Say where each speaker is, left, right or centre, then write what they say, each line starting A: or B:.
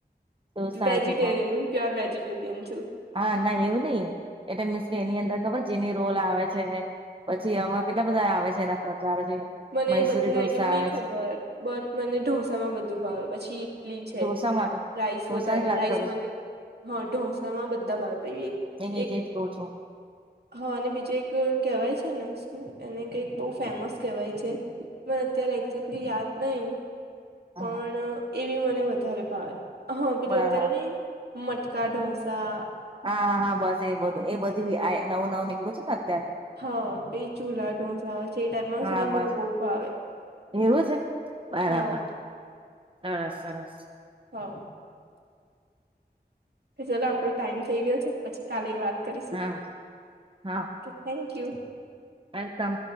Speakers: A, on the right; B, on the right.
A: ઢોસા
B: વેજીિટેરિયન
A: હશે
B: હું પ્યોર વેજીિટેરિયન છું..
A: હા, ના એવું નહીં એટલે મિસ એની અંદર ખબર જેની રોલ આવે છે, પછી આવા કેટલા બધા આવે છે એના પ્રકાર છે.
B: મને
A: મૈસુરી
B: બધી
A: ઢોસા
B: આઈટમ નહીં
A: આવે
B: ખબર,
A: છે
B: બટ મને ઢોસા માં બધું ભાવે. પછી ઈડલી છે.
A: ઢોસા માટે
B: રાઈસ
A: ઢોસા
B: વધારે
A: ની વાત
B: રાઈસ
A: કરું
B: મને
A: છું
B: હા ઢોસામાં બધા ભાવે. પહીં એક-એક
A: એજ એજ કઉ છું
B: હા અને બીજું એક કહેવાય છે ને, શું એને કંઈક બહુ ફેમસ કહેવાય છે. મને અત્યારે
A: હા
B: એક્ઝેક્ટલી યાદ નહીં.
A: હા
B: પણ એ બી મને વધારે ભાવે. હા પેલું
A: બરાબર
B: અત્યારે નહીં મટકા ઢોસા
A: હા, હા, હા. બસ એ બધું, એ બધુંય આય નવું-નવું નીકળું છે ના.
B: હા. તે ચૂલા ઢોસા હોય છે, એ ટાઈપમાં
A: હા
B: સુની
A: બસ
B: મને બહુ ભાવે.
A: એવું છે? બરાબર.
B: હ
A: સરસ-સરસ.
B: હા. કે ચલો આપડો ટાઈમ થઈ ગયો છે પછી કાલે વાત. કરીશું
A: હા, હા.
B: Okay thank you.
A: વેલકમ.